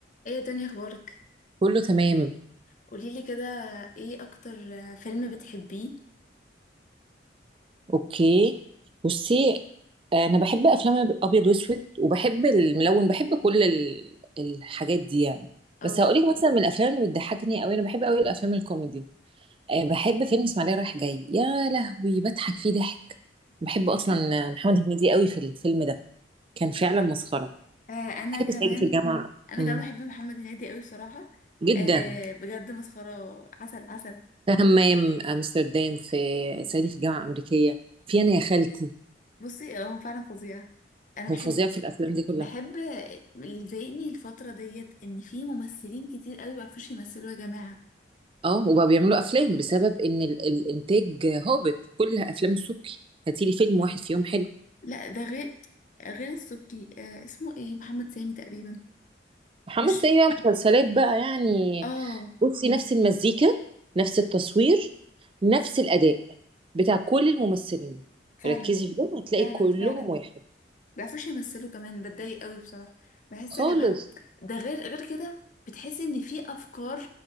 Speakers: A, on the left; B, on the right.
A: ايه يا دنيا اخبارك
B: كله تمام
A: قوليلي كده ايه اكتر فيلم بتحبيه
B: اوكي بصي انا بحب افلام ابيض واسود وبحب الملون بحب كل ال- الحاجات دي يعني
A: او
B: بس
A: <laughs>
B: هقولك مثلا من الافلام اللي بتضحكني قوي انا بحب قوي الافلام الكوميدي أه، بحب فيلم اسماعيليه رايح جاي يا لهوي بضحك فيه ضحك بحب اصلا محمد هنيدي قوي في الفيلم ده كان فعلا مسخره
A: آه انا
B: بحب
A: كمان
B: صعيدي في الجامعه
A: انا
B: مم.
A: كمان بحب محمد هنيدي قوي بصراحه
B: جدا
A: آه بجد مسخره عسل عسل
B: في همام آه، امستردام في صعيدي في الجامعه الامريكيه في انا يا خالتي
A: بصي آه، هو فعلا فظيع انا بحب
B: هو فظيع في الافلام دي كلها
A: بحب اللي ضايقني الفتره ديت ان في ممثلين كتير قوي ما بيعرفوش يمثلوا يا جماعه
B: اه وبقوا بيعملوا افلام بسبب ان ال- الانتاج هابط كل افلام السبكي هاتيلي فيلم واحد فيهم حلو
A: لا ده غير غير السبكي آه اسمه ايه محمد سامي تقريبا
B: محمد
A: مش
B: سامي بقى مسلسلات بقى يعني
A: اه
B: بصي نفس المزيكا نفس التصوير نفس الاداء بتاع كل الممثلين
A: فعلا
B: ركزي في ده هتلاقي
A: فعلا
B: كلهم
A: فعلا
B: واحد
A: بيعرفوش يمثلوا كمان بتضايق قوي بصراحة بحس
B: خالص
A: يا جماعة ده غير غير كده بتحس ان في افكار